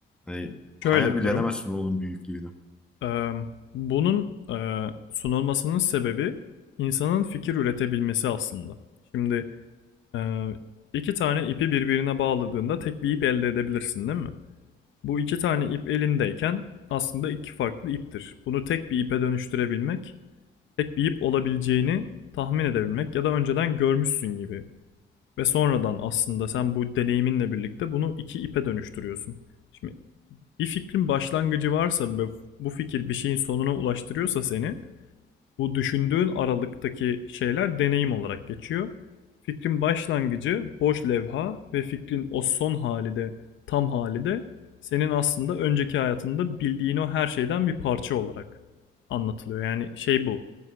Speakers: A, in the centre; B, on the left.
A: Hani
B: Şöyle
A: hayal
B: bir
A: bile
B: durum.
A: edemezsin onun büyüklüğünü.
B: Ee, bunun e, sunulmasının sebebi insanın fikir üretebilmesi aslında. Şimdi e, iki tane ipi birbirine bağladığında tek bir ip elde edebilirsin, değil mi? Bu iki tane ip elindeyken aslında iki farklı iptir. Bunu tek bir ipe dönüştürebilmek tek bir ip olabileceğini tahmin edebilmek ya da önceden görmüşsün gibi. Ve sonradan aslında sen bu deneyiminle birlikte bunu iki ipe dönüştürüyorsun. Şimdi bir fikrin başlangıcı varsa ve bu fikir bir şeyin sonuna ulaştırıyorsa seni bu düşündüğün aralıktaki şeyler deneyim olarak geçiyor. Fikrin başlangıcı boş levha ve fikrin o son hali de tam hali de senin aslında önceki hayatında bildiğin o her şeyden bir parça olarak anlatılıyor. Yani şey bu.